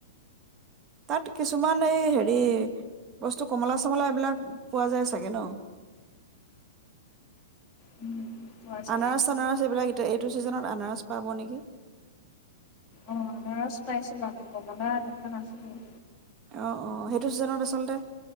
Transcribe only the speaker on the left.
উম, পোৱা যায়
অ নাৰাজ পাইছিলো আমি কবা এনেখা নাছিলো